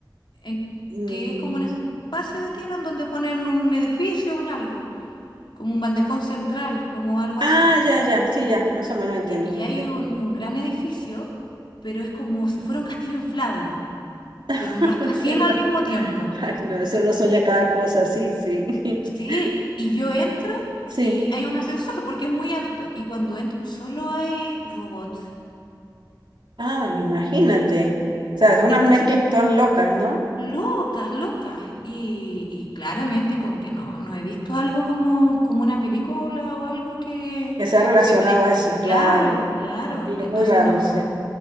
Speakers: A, on the left; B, on the right.
A: en
B: y no
A: que es como un
B: sé.
A: espacio de tierra en donde ponen un edificio, un algo, como un bandejón central, como algo
B: Ah,
A: así.
B: ya, ya, sí, ya, más o menos entiendo.
A: Y, ha- y hay
B: Sí.
A: un, un gran edificio, pero es como si fuera un castillo inflable,
B: <laughs>
A: pero un rascacielos
B: Qué loco.
A: al mismo tiempo.
B: Ay, no, eso uno sueña cada cosa, sí, sí.
A: Sí,
B: <laughs>
A: y yo entro
B: Sí.
A: y hay un ascensor porque es muy alto. Y cuando entro, solo hay robots.
B: Ah, imagínate. O sea, son unas
A: Entonces,
B: mezclas todas locas, ¿no?
A: locas, locas. Y, y claramente como que no, no he visto algo como, como una película o algo que
B: Que se ha relacionado
A: se parezca.
B: a eso,
A: Claro,
B: claro.
A: claro.
B: Muy
A: Entonces
B: muy raro,
A: no,
B: sí.
A: no,